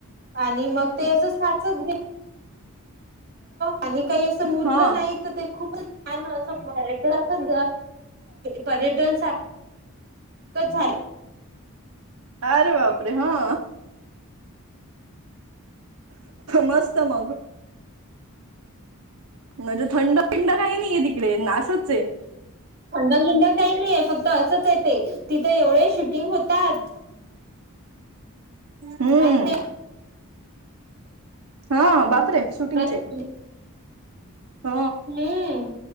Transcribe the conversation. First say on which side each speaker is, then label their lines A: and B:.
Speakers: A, on the right; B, on the right.
A: आणि मग ते असं साचत आणि काही असं मुरलं
B: हा
A: नाही तर ते खूपच छान असंसारखं पर्यटन झाले
B: अरे बापरे हा मस्त मग म्हणजे थंडपिंड काही नाही आहे तिकडे नासूच आहे
A: अंड भंड काही नाहीय फक्त असंच य ते तिथं एवढे शूटिंग होतात
B: हम्म
A: आणि ते
B: हा बापरे शूटिंगचे
A: प्रश्न
B: ह
A: हम्म